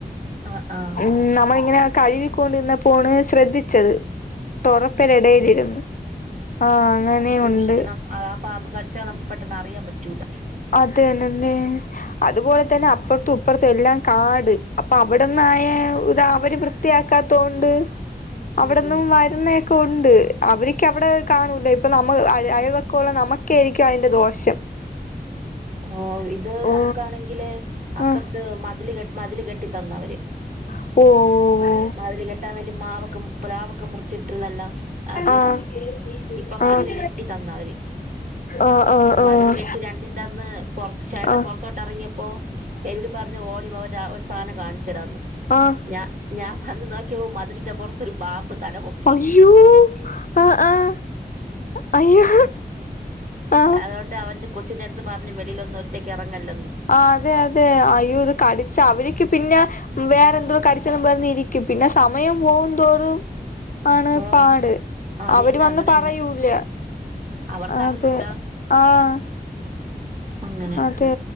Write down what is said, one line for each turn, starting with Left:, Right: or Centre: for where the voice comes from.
Right: ആ ആ
Left: <unintelligible> ഉം നമ്മള ഇങ്ങനെ കഴുവിക്കൊണ്ടിരുന്നപ്പോണ് ശ്രദ്ധിച്ചത് തുറപ്പിനടേയിലിരുന്നു
Right: ഓ
Left: ആഹ് അങ്ങനെയുണ്ട്
Right: അത് സൂക്ഷിക്കണം ആ പാമ്പ് കടിച്ചാ നമുക്ക് പെട്ടെന്ന് അറിയാൻ പറ്റൂല
Left: അത് തന്നന്നേ അതുപോലെ തന്നെ അപ്പുറത്തും ഇപ്പുറത്തും എല്ലാം കാട് അപ്പൊ അവിടന്നായ ഇത അവര് വൃ ത്തിയാക്കാത്തോണ്ട് അവിടന്നും
Right: ഉം ഉം
Left: വരും പറയുന്നൊക്കെ ഒണ്ട് അവര്ക്ക് അവിടെ കാണൂല ഇപ്പൊ നമ്മ അയ അയൽ വക്കം ഒള്ള നമുക്കെരിക്കും അതിന്റെ ദോഷം
Right: ഓഹ് ഇത്
Left: ഓ
Right: നമുക്കാണെങ്കില് അപ്പുറത്ത്
Left: ആഹ്
Right: മതില് കെ മതില് കെട്ടി തന്നവര്
Left: ഓഹ് ഓഹ് ഓഹ്
Right: മതില് കെട്ടാൻ വേണ്ടി മാവൊക്കെ പ്ലാവൊക്കെ മുറിച്ചിട്ടിരുന്നല്ലോ അത്
Left: ആഹ്
Right: ഇപ്പൊ മതില്
Left: ആഹ്
Right: കെട്ടി തന്നവര്
Left: ആഹ്
Right: മതില്
Left: ആഹ്
Right: കെട്ടി രണ്ടി ൻ്റെന്ന് പൊറത്ത് ചേട്ടൻ
Left: ആഹ് ആഹ്
Right: പൊറത്തോട്ടെറങ്ങിയപ്പോ <unintelligible> പറഞ്ഞു ഓടിവാ ഒര ഒരു സാനം കാണിച്ചു തരാവെന്ന്
Left: ആഹ്
Right: ഞാ ഞാ വന്ന് നോക്കിയപ്പോ മതിലിന്റെ പൊറത്തൊരു പാമ്പ് തലപൊക്കി
Left: അയ്യോ ആഹ് ആഹ് അയ്യോ ആഹ്
Right: <unintelligible> അവൻ്റെ കൊച്ചിന്റെ അടുത്ത് പറഞ്ഞു വെളിയിലൊന്നും ഒറ്റക്കെറങ്ങല്ലെന്ന്
Left: ആഹ് അതെ അതെ അയ്യോ ഇത് കടിച്ച അവരിക്ക് പിന്നെ വേറെ എന്തോ കടിച്ചെന്നും പറഞ്ഞിരിക്കും പിന്നെ സമയം പോകുംതോറും ആണ്
Right: ഓ
Left: പാട്
Right: അത്
Left: അവര്
Right: തന്നെ
Left: വന്ന്
Right: അങ്ങനെ
Left: പറയൂല
Right: തന്നെ അവർക്കറിഞ്ഞൂടാ
Left: അതെ ആഹ്
Right: അങ്ങനെ
Left: അതെ